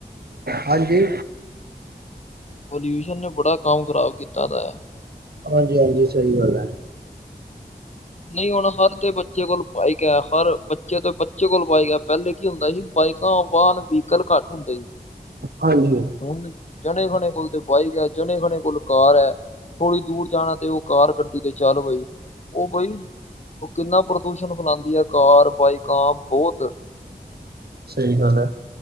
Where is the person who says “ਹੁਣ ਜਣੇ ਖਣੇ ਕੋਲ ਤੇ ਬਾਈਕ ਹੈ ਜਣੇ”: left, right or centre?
Left